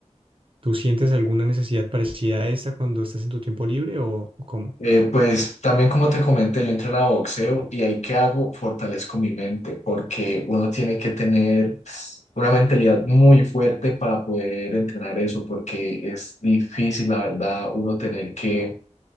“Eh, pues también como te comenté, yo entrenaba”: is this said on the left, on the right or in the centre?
Left